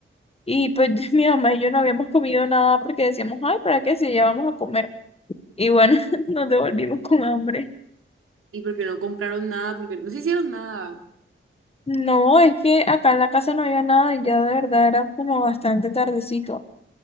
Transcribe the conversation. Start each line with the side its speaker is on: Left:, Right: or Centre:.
Left: Y pues <laughs> mi mamá y yo no habíamos comido nada porque decíamos, ay, ¿para qué si ya vamos a comer? Y bueno, <laughs> nos devolvimos con hambre.
Right: Y porque no compraron nada, porque no se hicieron nada.
Left: No, es que acá en la casa no había nada y ya de verdad era como bastante tardecito.